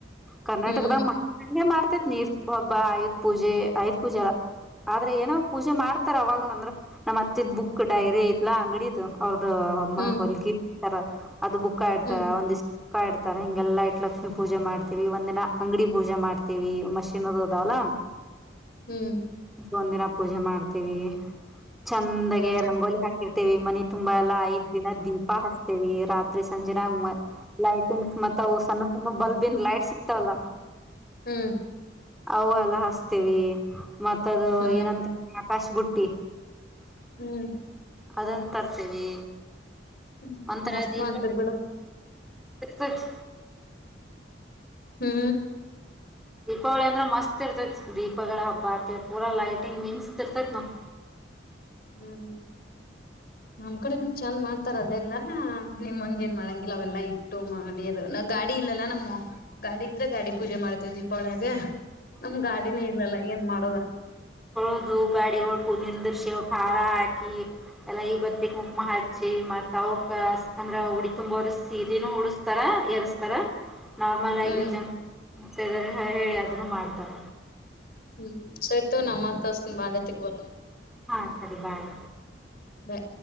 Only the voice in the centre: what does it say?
ಕರ್ನಾಟಕದ
ಮಾಡ್ತೇತ್ ನೀರ್ ಹಬ್ಬಾ ಆಯುಧ್ ಪೂಜೆ ಆಯುದ್ ಪೂಜೆಯಲ್ಲಾ ಆದ್ರೆ ಏನೋ ಪೂಜೆ ಮಾಡ್ತಾರ ಅವಾಗನು ಅಂದ್ರ ನಮ್ಮ ಅತ್ತಿದ ಬುಕ್ಕ್ ಕ್ಕು ಡೈರಿ ಐತ್ಲಾ ಅಂಗಡಿದ ಅವ್ರದ ಅಮ್ಮ
ಹೊಲ್ಗಿರ ಅದು ಬುಕ್ಕ ಇಡ್ತಾ
ಒಂದಿಷ ಕ್ಕ ಇಡ್ತಾರ ಹಿಂಗೆಲ್ಲ ಇಟ್ ಲಕ್ಷ್ಮಿ ಪೂಜೆ ಮಾಡ್ತೀವಿ ಒಂದ ದಿನ ಅಂಗಡಿ ಪೂಜೆ ಮಾಡ್ತೀವಿ ಮಷಿನ ಅದು ಅದಾವಲ್ಲಾ. <inaudible>
ಒಂದ ದಿನ ಪೂಜೆ ಮಾಡ್ತೀವಿ ಚಂದಗೆ
ರಂಗೋಲಿ ಹಾಕ ರ್ತೇವಿ ಮನಿ ತುಂಬಾ ಎಲ್ಲ ಐದ್ ದಿನ ದೀಪ ಹಚ್ಚತೀವಿ ರಾತ್ರಿ ಸಂಜೆನಾಗ ಲೈಟಿಂಗ್ಸ್ ಮತ್ತ ಅವು ಸಣ್ಣ ಸಣ್ಣ ಬಲ್ಬನ ಲೈಟ್ ಸಿಕ್ತಾವಲ್ಲ.
ಆವಾ ಅಲ್ಲ ಹಸ್ತೇವಿ ಮತ್ತದ
ಏನಂತ ಆಕಾಶ್ ಬುಟ್ಟಿ.
ಅದನ್ ತರ್ತವಿ
ಒಂಥರ
ದೀಪ
ಸಚ್
ದೀಪಾವಳಿ ಅಂದ್ರ ಮಸ್ತ್ ಇರ್ತೈತಿ ದೀಪಗಳ ಹಬ್ಬ ಆರ್ತೆ ಪೂರ ಲೈಟಿಂಗ್ ಮಿಂಚತಿರ್ತಾತ ನೋ <inaudible>
<inaudible>
ಹೌದು ಗಾಡಿ ಹೊಡ್ಕು ನಿಂದ್ರ ಅವಕ್ಕ ಹರ ಹಾಕಿ ಎಲ್ಲಾ ಈಬತ್ತಿ ಕುಂಕುಮ ಹಚ್ಚಿ ಮತ್ ಅವಕ ಅಂದ್ರ ಉಡಿತುಂಬೋರ ಸೀರೀನೂ ಉಡಸ್ತಾರ ಎರಸ್ತಾರ. ನಾರ್ಮಲ್ ಆಗಿರ
ಜಂಪ್ ಮುತ್ತೇದರಿಗ ಹೇಳಿ ಅದನ್ನು ಮಾಡ್ತಾರ.
ಹಾ ಸರಿ ಬಾಯ್.